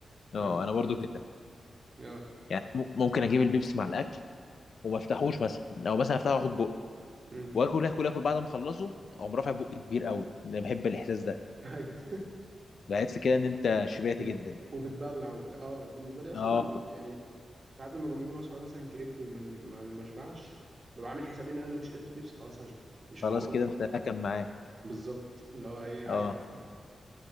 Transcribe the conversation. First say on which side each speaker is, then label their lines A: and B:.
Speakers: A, on the left; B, on the right.
A: اه
B: فاهم
A: انا برضو كده
B: أه
A: يعني م- ممكن اجيب البيبسي مع الاكل وما افتحوش مثلا او مثلا افتحه واخد بق
B: أمم.
A: واكل اكل اكل بعد ما اخلصه اقوم رافع بقي كبير قوي انا بحب الاحساس ده
B: <laughs> أيوه
A: بحس كده ان انت شبعت
B: بت...
A: جدا
B: وبتبلع وبتاع اه انا بالنسبه لي اصلا
A: اه
B: لو- يعني ساعات لما بجيب انا واصحابي مثلا كريب وما ما ما اشبعش ببقى عامل حسابي ان انا لو شربت بيبسي خلاص هشبع مش
A: خلاص
B: حوار
A: كده انت اكل معاه
B: بالظبط اللي هو ايه عادي
A: اه